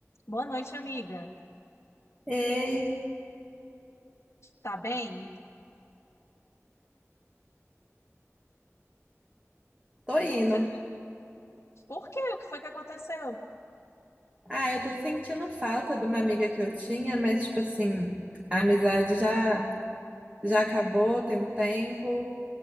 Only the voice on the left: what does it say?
Boa noite, amiga.
Tá bem?
Você... Por quê? O que foi que aconteceu?